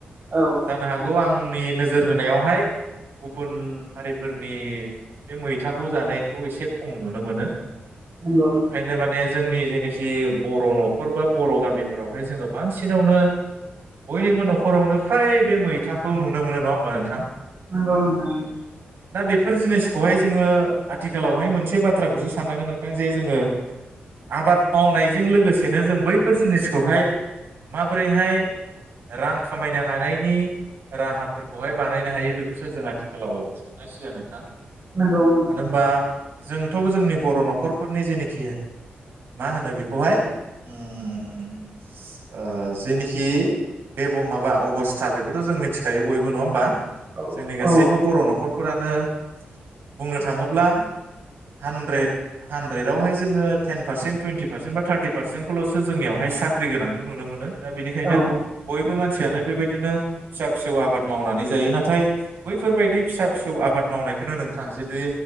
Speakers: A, on the right (about 40°); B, on the right (about 70°).
A: औ
B: जानो हागौ
A: नंगौ
B: आंनि नोजोर होनायावहाय गुबुन हारिफोरनि बे मैथाखौ जानायखौ एसे खम नुनो मोनो।
A: नंगौ नंगौ
B: बेखायनो माने जोंनि जेनोखि जि बर' न'खर बा बर' गामिफोरावहाय जोंङो बांसिनावनो बयनिबो न'खरावनो फ्राय बे मैथाखौ नुनो मोनो नंङा होमबा नोंथां।
A: नोंगौ नोंथां नंगौ
B: दा बेफोर जिनिसखौहाय जोंङो, आथिखालावहाय मोनसे बाथ्राखौसो साननांगोन नोंथां जे जोंङो आबाद मावनायजों लोगोसेनो जों बैफोर जिनिसखौहाय माबोरैहाय रां खामायनो हानायनि राहाफोरखौ बहाय बानायनो हायो बेखौसो जों आथिखालाव साननां सिगोन नोंथां। मानो
A: नंगौ नंगौ
B: होनबा जोंथ' जोंनि बर' न'खरफोरनि जेनोखि मा होनो बेखौहाय, उम ओ जेनिखि बेब माबा अबस्था, बेखौथ' जों मिथिखायो बयबो नङा होमबा।
A: औ
B: जोंनि गासैबो
A: औ
B: बर' न'खरफोरानो बुंनो थाङोब्ला <inaudible> हानद्रेद हान्रेदावहाय जोंङो टेन पारसेन टुइन्टि पारसेन बा थार्टि पारसेन्टखौल'स जोंयावहाय साख साख्रि गोनांखौ नुनो मोनो दा बेनिखायनो
A: औ
B: बयबो मानसियानो बेबायदिनो फिसा फिसौ आबाद मावनानै जायो नाथाय बैफोरबायदि फिसा फिसौ आबाद मावनायखौनो नोंथां जुदि